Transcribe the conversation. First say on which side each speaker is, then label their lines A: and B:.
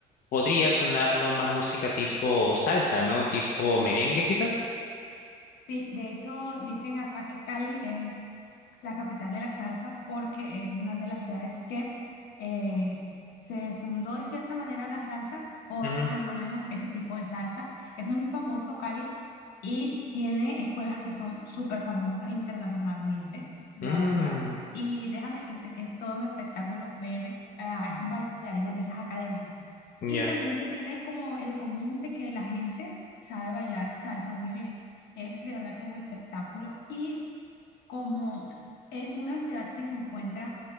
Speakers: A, on the left (about 55°); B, on the left (about 80°).
A: podría sonar no más música tipo salsa, ¿no? Tipo merengue quizás.
B: Sí, de hecho, dicen acá que Cali es la capital de la salsa porque es una de las ciudades que eh, se fundó de cierta manera la salsa, o
A: Ujú.
B: por lo menos ese tipo de salsa. Es muy famoso Cali y tiene escuelas que son súper famosas internacionalmente, la
A: Mm,
B: verdad. Y déjame decirte que es todo un espectáculo ver a esos bailarines de esas academias. Y
A: ya,
B: también se tiene como el común de que la gente sabe bailar salsa muy bien. Es de verdad que un espectáculo y como es una ciudad que se encuentra